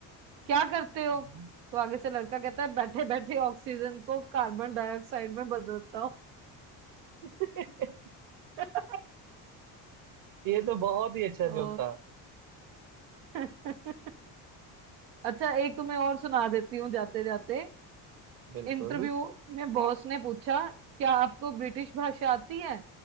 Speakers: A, on the right; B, on the right.
A: क्या करते हो
B: हम्म।
A: तो आगे से लड़का कहता है बैठे बैठे ऑक्सीजन को कार्बन डाइऑक्साइड में बदलता हूँ
B: <laughs>
A: <laughs>
B: ये तो बहुत ही अच्छा
A: ओ
B: जोक था
A: <laughs> अच्छा एक तुम्हें और सुना देती हूँ जाते जाते
B: बिल्कुल
A: इंटरव्यू में बॉस ने पूछा क्या आपको ब्रिटिश भाषा आती है